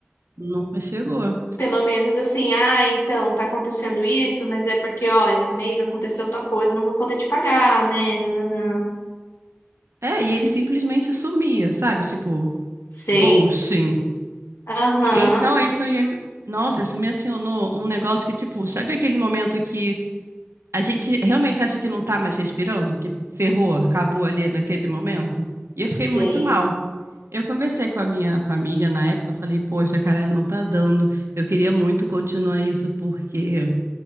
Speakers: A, on the right; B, on the left.
A: nunca chegou.
B: Pelo menos assim, ah, então tá acontecendo isso, mas é porque, ó, esse mês aconteceu tal coisa, eu não vou poder te pagar, né? Não, não, não.
A: É, e ele simplesmente sumia, sabe? Tipo,
B: Sei.
A: ghosting.
B: Aham,
A: Então, isso ia. me- Nossa, isso me acionou um negócio que, tipo, sabe aquele momento que A gente realmente acha que não tá mais respirando, que ferrou, acabou ali naquele momento. E eu fiquei
B: sei.
A: muito mal. Eu conversei com a minha família na época, eu falei, poxa, cara, não tá dando. Eu queria muito continuar isso porque